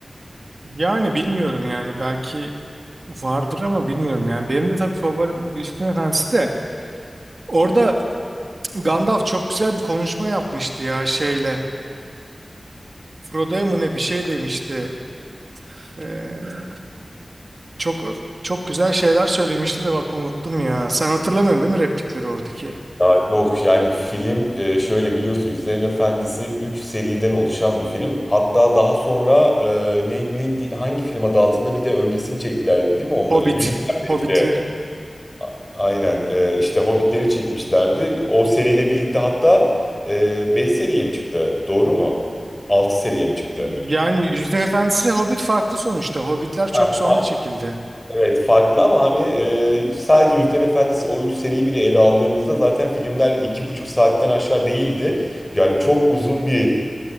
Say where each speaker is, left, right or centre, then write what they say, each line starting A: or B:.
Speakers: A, on the right; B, on the left.
A: Yani bilmiyorum yani belki vardır ama bilmiyorum yani. Benim de tabii favorim Yüzüklerin Efendisi de. Orada Gandalf çok güzel bir konuşma yapmıştı ya şeyle. Frodo'ya mı ne bir şey demişti. Ee, çok çok güzel şeyler söylemişti de bak unuttum ya. Sen hatırlamıyorsun değil mi replikleri oradaki?
B: Ya yok yani film e, şöyle biliyorsun Yüzüklerin Efendisi 3 seriden oluşan bir film. Hatta daha sonra e, ne, ne hangi film adı altında bir de öncesini çektilerdi değil mi onların?
A: Hobbit.
B: Yüzük Kardeşleri.
A: Hobbitleri.
B: A- Aynen e, işte Hobbitleri çekmişlerdi. O seriyle birlikte hatta e, 5 seriye mi çıktı? Doğru mu? 6 seriye mi çıktı?
A: Yani Yüzüklerin Efendisi Hobbit farklı sonuçta. Hobbitler çok
B: Ha,
A: sonra
B: fa-
A: çekildi.
B: Evet farklı ama hani e, sadece Yüzüklerin Efendisi o üç seriyi bile ele aldığımızda zaten filmler iki buçuk saatten aşağı değildi. Yani çok uzun bir